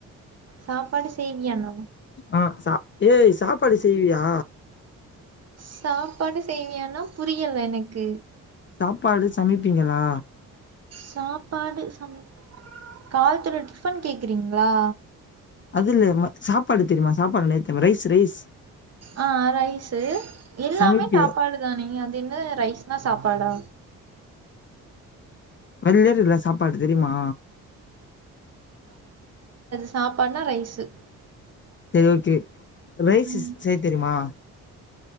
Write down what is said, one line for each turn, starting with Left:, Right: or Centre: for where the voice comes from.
Right: சாப்பாடு செய்வியானா
Left: ஆ சாப்டு சாப்பாடு செய்வியா
Right: சாப்பாடு செய்வீயானா புரியல எனக்கு
Left: சாப்பாடு சமைப்பீங்களா
Right: சாப்பாடு ச காலத்துல டிஃபன் கேக்குறீங்களா
Left: அதுலமா சாப்பாடு தெரியுமா சாப்பாடு நை தெரியுமா ரைஸ் ரைஸ்
Right: ஆ ரைஸு எல்லாமே
Left: சமைப்பியா
Right: சாப்பாடுதானேங்க அது என்ன ரைஸ்னா சாப்பாடா
Left: வெள்ல இருக்ற சாப்பாடு தெரியுமா
Right: சாப்பாட்னா ரைஸு
Left: செரி ஓகே ரைஸு
Right: ம்
Left: செய்ய தெரியுமா